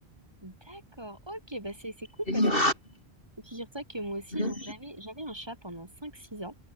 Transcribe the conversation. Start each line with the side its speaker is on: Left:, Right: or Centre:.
Right: D'accord, ok, bah c'est c'est cool
Left: c'est
Right: parce
Left: sûr.
Right: Figure-toi que moi aussi,
Left: Mhm.
Right: genre, j'avais, j'avais un chat pendant cinq six ans.